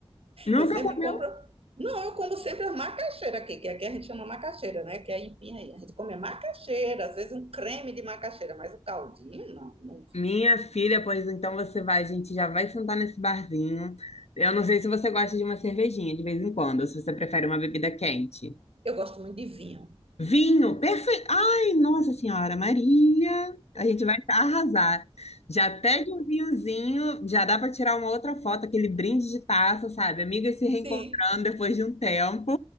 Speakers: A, on the left (about 85°); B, on the right (about 65°).
A: Nunca
B: Eu sempre
A: comeu?
B: compro. Não, eu como sempre a macaxeira aqui, que aqui a gente chama macaxeira, né? Que é a empinha aí. A gente come a macaxeira, às vezes um creme de macaxeira, mas o caldinho, não, nunca.
A: Minha filha, pois então você vai, a gente já vai sentar nesse barzinho. Eu não sei se você gosta de uma cervejinha de vez em quando, ou se você prefere uma bebida quente.
B: Eu gosto muito de vinho.
A: Vinho, perfeito. Ai, Nossa Senhora Maria, a gente vai arrasar. Já pede um vinhozinho, já dá para tirar uma outra foto, aquele brinde de taça, sabe? Amigas se reencontrando
B: Sim.
A: depois de um tempo.